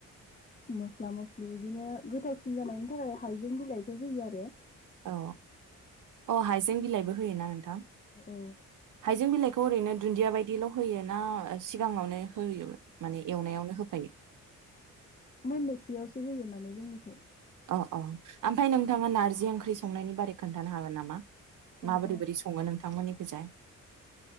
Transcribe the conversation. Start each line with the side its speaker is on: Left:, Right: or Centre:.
Left: मस्ला मस्लि बिदिनो गोथावसिन जानायनि थाखाय हाइजें बिलाइफोर होयो आरो।
Right: औ अ हाइजें बिलाइबो होयोना नोंथां?
Left: औ
Right: हाइजें बिलाइखौ ओरैनो दुन्दिया बायदिल' होयो ना सिगाङावनो होयोबो माने एवनायावनो होफैयो?
Left: सैयावसो होगोन नालाय जोंनिखौ।
Right: अ अ ओमफ्राय नोंथाङा नारजि ओंख ओंख्रि संनायनि बारै खोन्थानो हागोन नामा?
Left: अ
Right: माबोरै बोरै सङो नों थांमोननिखैजाय।